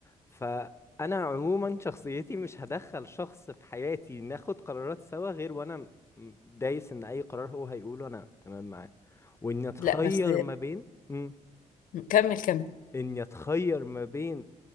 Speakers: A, on the left (about 20°); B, on the left (about 80°).
A: فانا عموما شخصيتي مش هدخل شخص في حياتي ناخد قرارات سوا غير وانا م- دايس ان اي قرار هو هيقوله انا تمام معاه واني اتخير
B: لا بس
A: ما بين مم،
B: كمل كمل
A: اني اتخير ما بين